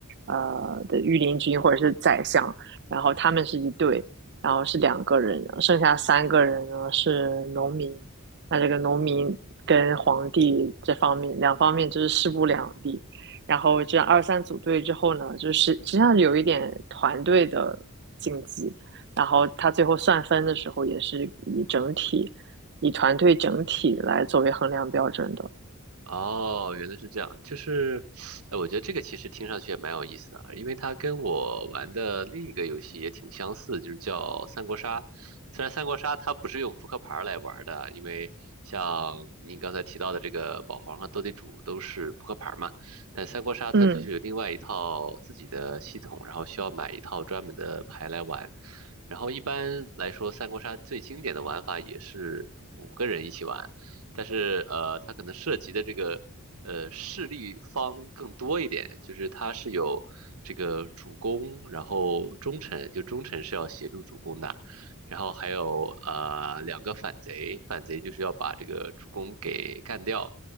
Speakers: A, on the right (about 50°); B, on the right (about 75°).
A: 呃的御林军或者是宰相，然后他们是一对，然后是两个人，剩下三个人呢是农民。那这个农民跟皇帝这方面两方面就是势不两立，然后这样二三组队之后呢，就是实际上有一点团队的竞技，然后他最后算分的时候也是以整体，以团队整体来作为衡量标准的。
B: 哦，原来是这样，就是，呃，我觉得这个其实听上去也蛮有意思的啊，因为它跟我玩的另一个游戏也挺相似，就是叫三国杀。虽然三国杀它不是用扑克牌儿来玩儿的，因为像您刚才提到的这个保皇和斗地主都是扑克牌儿嘛，但三国杀它就是有另外一套自己的系统，
A: 嗯
B: 然后需要买一套专门的牌来玩。然后一般来说，三国杀最经典的玩法也是五个人一起玩。但是呃，它可能涉及的这个呃势力方更多一点，就是它是有这个主公，然后忠臣，就忠臣是要协助主公的，然后还有呃两个反贼，反贼就是要把这个主公给干掉，